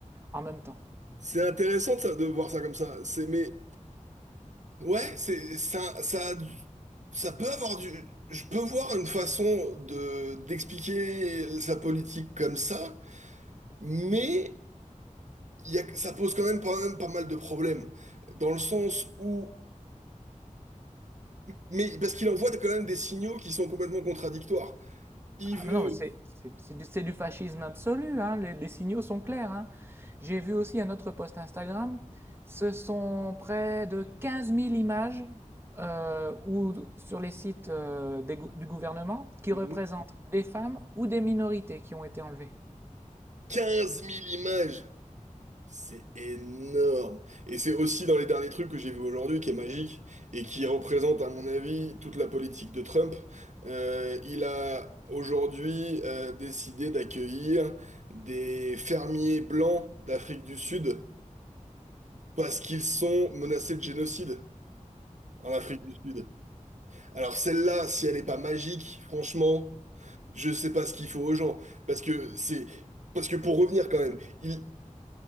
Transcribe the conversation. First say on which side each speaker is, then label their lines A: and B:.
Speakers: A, on the right; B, on the right.
A: en même temps.
B: c'est intéressant de, ça- de voir ça comme ça. C'est mais Ouais, c'est ça, ça, a du- ça peut avoir du. Je peux voir une façon de d'expliquer sa politique comme ça, mais il y a, ça pose quand même pas, même pas mal de problèmes. Dans le sens où. Mais parce qu'il envoie quand même des signaux qui sont complètement contradictoires. Il
A: Ah,
B: veut.
A: mais non, mais c'est c'est- c'est du, c'est du fascisme absolu, hein, Les, les signaux sont clairs, hein. J'ai vu aussi un autre post Instagram, ce sont près de 15 000 images euh, ou, sur les sites euh, des gou- du gouvernement qui
B: Mhm.
A: représentent des femmes ou des minorités qui ont été enlevées.
B: 15 000 images C'est énorme. Et c'est aussi dans les derniers trucs que j'ai vu aujourd'hui qui est magique et qui représente, à mon avis, toute la politique de Trump. Euh, il a aujourd'hui euh, décidé d'accueillir des fermiers blancs d'Afrique du Sud parce qu'ils sont menacés de génocide en Afrique du Sud. Alors celle-là, si elle n'est pas magique, franchement, je sais pas ce qu'il faut aux gens. Parce que c'est... Parce que pour revenir quand même, il,